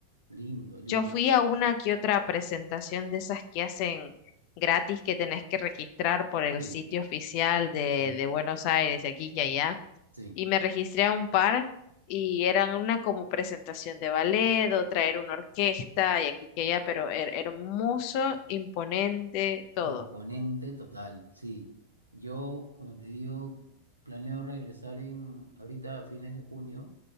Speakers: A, on the right; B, on the left.
A: lindo, lindo.
B: Yo fui a una que otra presentación de esas que hacen gratis que tenés que registrar por el
A: Sí,
B: sitio oficial de,
A: sí,
B: de Buenos Aires, de aquí y allá.
A: sí.
B: Y me registré a un par y eran una como presentación de ballet, otra era una orquesta y aquí y allá, pero her- hermoso, imponente, todo.
A: Imponente total, sí. Yo, como te digo, planeo regresar en ahorita a fines de junio